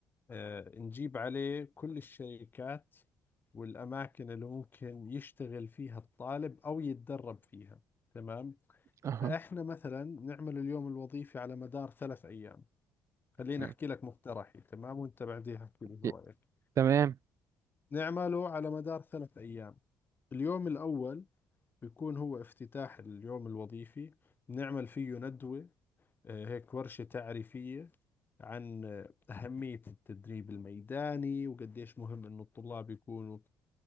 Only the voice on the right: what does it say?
اها
م.
ي-
تمام